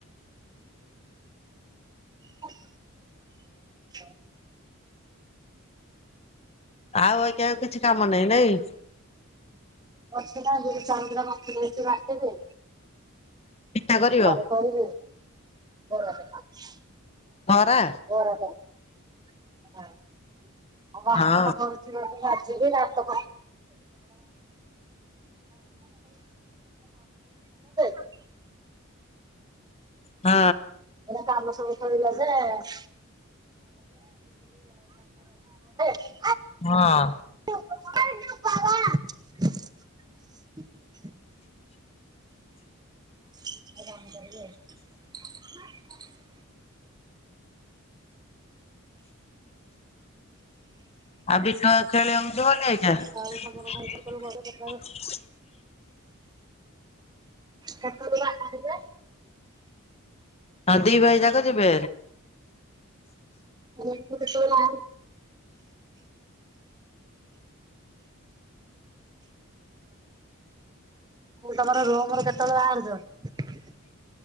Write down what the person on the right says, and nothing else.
<inaudible>
ଅଛି ନା ବିରି ଚାଉଳ ଦିଟା ବତୁରେଇଚି ବାଟିବି।
ଘରେ କରିଵି <inaudible>
ବରା କରିବି ହୁଁ। ଆଉ ବାସନଟା
ପଡିଛି ଯାଇକି ମଜିବି ଭାତ <unintelligible>
ଏତେ କାମ ସବୁ ପଡିଲା । <unintelligible>
ବାବା <inaudible> <unintelligible>
ଗଲେ କେତେବେଳେ କେତେଳୁ ବାହାରିବେ?
ତୁ କେତେବେଳେ ବାହାରିବୁ? ତମର ରୁମ କେତେବେଳେ ବାହାରୁଛ?